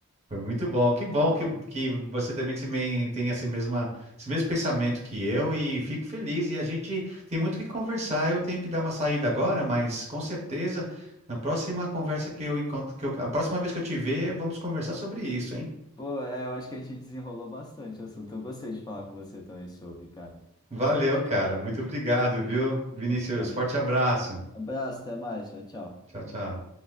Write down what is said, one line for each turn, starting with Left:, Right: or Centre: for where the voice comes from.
Right: Foi muito bom. Que bom
Left: geral.
Right: que, que você também se men- tem esse mesma, esse mesmo pensamento que eu e fico feliz. E a gente tem muito o que conversar. Eu tenho que dar uma saída agora, mas com certeza, na próxima conversa que eu encontro, que eu- a próxima vez que eu te ver, vamos conversar sobre isso, hein?
Left: Pô, é, eu acho que a gente desenrolou bastante o assunto. Eu gostei de falar com você também sobre, cara.
Right: Valeu, cara. Muito obrigado, viu?
Left: Então,
Right: Vinícius,
Left: tá.
Right: forte abraço.
Left: Abraço, até mais. Tchau, tchau.
Right: Tchau, tchau.